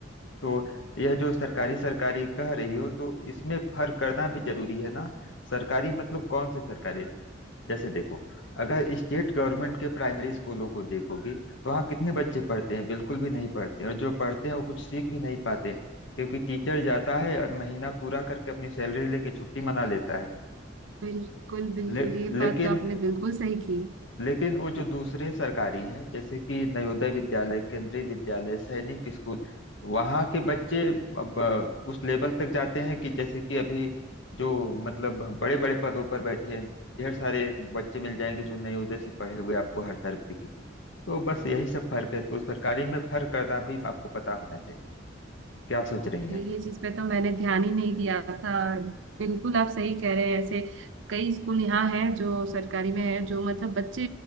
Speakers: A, on the left; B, on the right.
A: तो यह जो सरकारी सरकारी कह रही हो तो इसमें फर्क करना भी जरूरी है ना सरकारी मतलब कौन से सरकारी जैसे देखो अगर स्टेट गवर्नमेंट के प्राइमरी स्कूलों को देखोगे तो वहाँ कितने बच्चे पढ़ते हैं बिल्कुल भी नहीं पढ़ते और जो पढ़ते हैं वो कुछ सीख भी नहीं पाते क्योंकि टीचर जाता है और महीना पूरा करके अपनी सैलरी लेके छुट्टी मना लेता है
B: बिल्कुल बिल्कुल
A: ले,
B: ये बात
A: लेकिन
B: तो आपने बिल्कुल सही की
A: लेकिन वो जो दूसरे सरकारी हैं जैसे कि नवोदय विद्यालय केंद्रीय विद्यालय सैनिक स्कूल वहाँ के बच्चे अब अ, उस लेवल तक जाते हैं कि जैसे कि अभी जो मतलब बड़े बड़े पदों पर बैठे हैं ढेर सारे बच्चे मिल जाएंगे जो नवोदय से पढ़े हुए आपको हर तरफ दिखेंगे तो बस यही सब फर्क है तो सरकारी में फर्क करना भी आपको पता होना चाहिए क्या सोच रही हैं
B: ये ये चीज पे तो मैंने ध्यान ही नहीं दिया था बिल्कुल आप सही कह रहे हैं ऐसे कई स्कूल यहाँ हैं जो सरकारी में है जो मतलब बच्चे